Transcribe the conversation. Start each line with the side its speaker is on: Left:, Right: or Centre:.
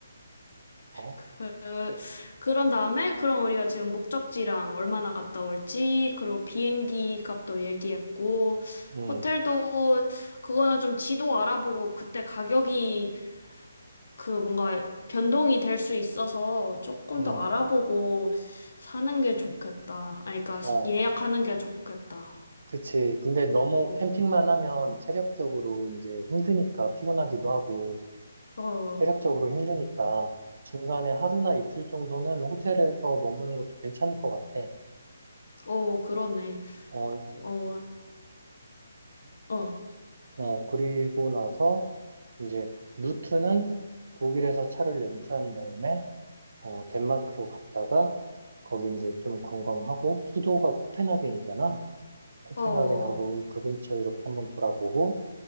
Right: 어?
Left: 그, 그런 다음에 그럼 우리가 지금 목적지랑 얼마나 갔다 올지, 그리고 비행기 값도 얘기했고,
Right: 응,
Left: 호텔도 그거는 좀 지도 알아보고 그때 가격이 그 뭔가 변동이 될 수 있어서 조금
Right: 응,
Left: 더 알아보고 사는 게 좋겠다. 아니, 그러니까
Right: 어.
Left: 예약하는 게 좋겠다.
Right: 그치. 근데 너무
Left: 어,
Right: 캠핑만 하면 체력적으로 이제 힘드니까 피곤하기도 하고
Left: 어,
Right: 체력적으로 힘드니까 중간에 하루나 이틀 정도는 호텔에서 머무는 것도 괜찮을 것 같아.
Left: 어, 그러네.
Right: 어,
Left: 어, 어,
Right: 어, 그리고 나서 이제 루트는 독일에서 차를 렌트한 다음에 어, 덴마크로 갔다가 거기 이제 좀 관광하고 수도가 코펜하겐이잖아. 코펜하겐하고
Left: 어, 어.
Right: 그 근처 이렇게 한번 돌아보고